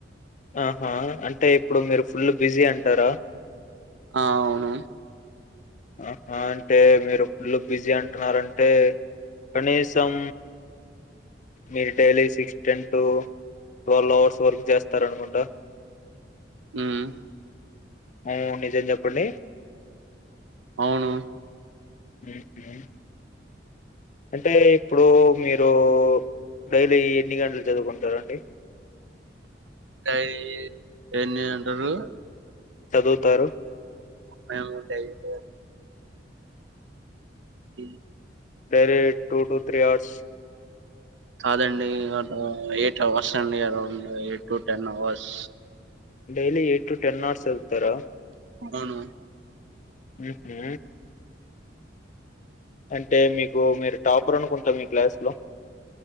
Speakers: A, on the left; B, on the right.
A: ఆహా అంటే ఇప్పుడు మీరు ఫుల్ బిజీ అంటారా.
B: ఆ అవును
A: ఆహా అంటే మీరు ఫుల్లు బిజీ అంటున్నారంటే కనీసం మీరు daily six, ten to twelve hours work చేస్తారనుకుంటా.
B: హుమ్మ్
A: ఉ నిజం చెప్పండి
B: అవును
A: హూ హూ అంటే ఇప్పుడు మీరు డైలీ ఎన్ని గంటలు చదువుకుంటారండి.
B: డైరీ ఎన్ని అంటారు.
A: చదువుతారు
B: మేము daily <unintelligible>
A: direct two two three hours.
B: కాదండి. ఎయిట్ అవర్స్ అండి around eight to ten hours.
A: Daily eight to ten hours వెళ్తారా.
B: అవును
A: ఉహు అంటే మీకు మీరు టాపర్ అనుకుంటా మీ క్లాస్లో